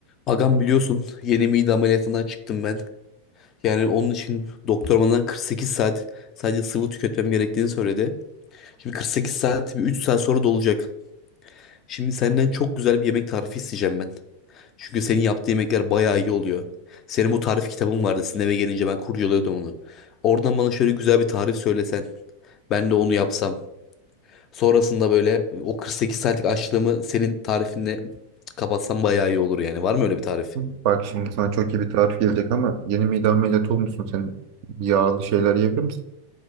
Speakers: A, on the left (about 35°); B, on the right (about 45°).
A: Agam biliyorsun yeni mide ameliyatından çıktım ben. Yani onun için doktor bana 48 saat sadece sıvı tüketmem gerektiğini söyledi. Şimdi 48 saat bir 3 saat sonra dolacak. Şimdi senden çok güzel bir yemek tarifi isteyeceğim ben. Çünkü senin yaptığın yemekler bayağı iyi oluyor. Senin bu tarif kitabın vardı. Sizin eve gelince ben kurcalıyordum onu. Oradan bana şöyle güzel bir tarif söylesen. Ben de onu yapsam. Sonrasında böyle o 48 saatlik açlığımı senin tarifinle kapatsam bayağı iyi olur yani. Var mı öyle bir tarif?
B: Bak şimdi sana çok iyi bir tarif gelecek ama yeni mide ameliyatı olmuşsun. Sen yağlı şeyler yiyebilir misin?